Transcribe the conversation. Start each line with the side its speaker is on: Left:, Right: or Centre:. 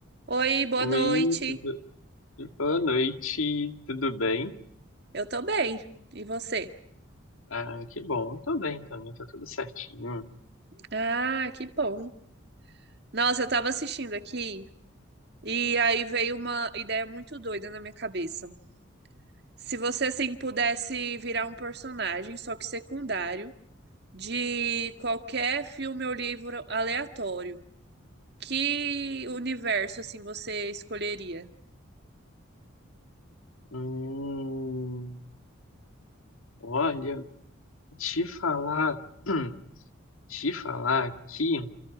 Right: Oi, boa
Left: Oi,
Right: noite.
Left: tudo... boa noite, tudo bem?
Right: Eu tô bem. E você?
Left: Ah, que bom, eu tô bem também, tá tudo certinho.
Right: Ah, que bom. Nossa, eu tava assistindo aqui e aí veio uma ideia muito doida na minha cabeça. Se você assim pudesse virar um personagem, só que secundário, de qualquer filme ou livro aleatório, que universo assim você escolheria?
Left: Hum, olha, te falar, <clears throat> te falar que